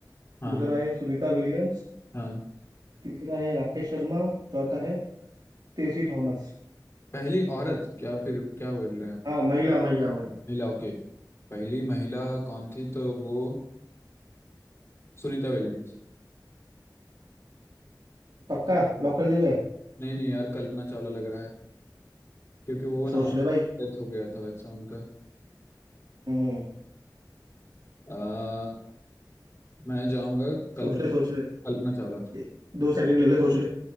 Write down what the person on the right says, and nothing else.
दूसरा
है सुनीता विलियम्स
तीसरा है राकेश शर्मा चौथा है तेसी थॉमस
हाँ महिला महिला महिला
पक्का लॉक कर दिया जाए
सोच ले भाई
हम्म
सोच ले सोच ले
एक- दो सेकंड ले ले सोच ले